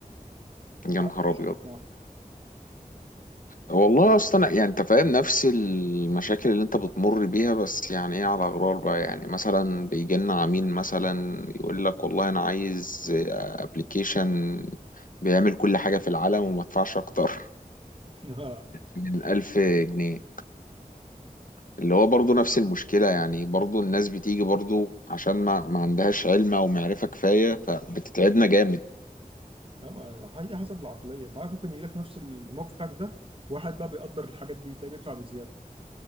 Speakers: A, on the right; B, on the left.
A: انت
B: يا
A: عارف
B: نهار
A: إيه الشغل
B: ابيض
A: بتاعك
B: والله اصلا يعني انت فاهم نفس المشاكل اللي انت بتمر بيها بس يعني ايه على غرار بقى يعني مثلا بيجي لنا عميل مثلا يقول لك والله انا عايز ابلكيشن بيعمل كل حاجة في العالم وما ادفعش اكتر
A: <laughs> اه
B: من 1000 جنيه اللي هو برضو نفس المشكلة يعني برضو الناس بتيجي برضو عشان ما, ما عندهاش علم أو معرفة كفاية فبتتعبنا جامد
A: ما هي حسب العقلية انت عارف ممكن يجي لك في نفس الموقف بتاعك ده واحد بقى بيقدر الحاجات دي تلاقيه بيدفع بزيادة